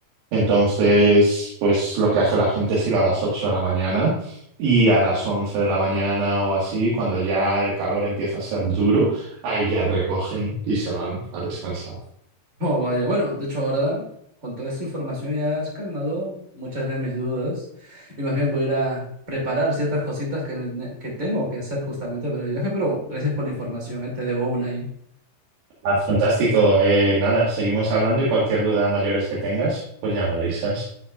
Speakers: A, on the right; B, on the right.
A: Entonces, pues lo que hace la gente es ir a las 8 de la mañana y a las 11 de la mañana o así, cuando ya el calor empieza a ser duro, ahí ya recogen y se van a descansar.
B: Oh, vaya, bueno, de hecho ahora con toda esta información ya has calmado muchas de mis dudas y más bien voy a ir a preparar ciertas cositas que, ne- que tengo que hacer justamente para el viaje, pero gracias por la información, ¿eh? Te debo una ahí.
A: Ah, fantástico. Eh, nada, seguimos hablando y cualquier duda mayores que tengas, pues ya me avisas.